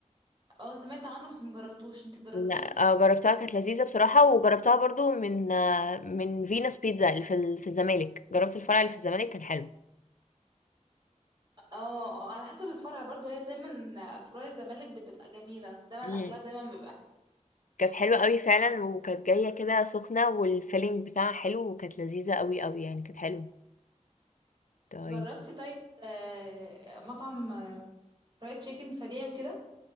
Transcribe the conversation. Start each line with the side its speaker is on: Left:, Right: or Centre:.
Right: اه سمعت عنه بس مجربتوش انت جربتيه
Left: لا آه، جربتها كانت لذيذه بصراحه وجربتها برضو من آه، من فينوس بيتزا اللي في ال- في الزمالك جربت الفرع اللي في الزمالك كان حلو
Right: اه على حسب الفرع برضه هي دايما فروع الزمالك بتبقى جميلة دايما
Left: مم.
Right: اكلها دايما بيبقى
Left: كانت حلوة قوي فعلا وكانت جاية كده سخنة والفيلينج بتاعها حلو وكانت لذيذة قوي قوي يعني كانت حلوة طيب
Right: جربتي طيب آه مطعم آه، فرايد تشيكن سريع وكده